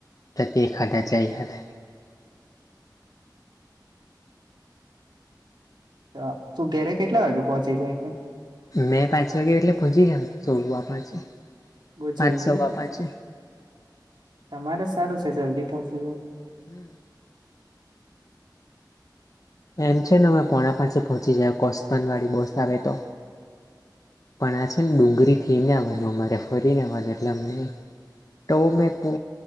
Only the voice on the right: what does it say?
તો, તું ઘેરે કેટલા વાગે પહોંચી જાય તે?
બહુ
જલ્દી,
તમારે સારું છે જલ્દી પહોંચી જાય.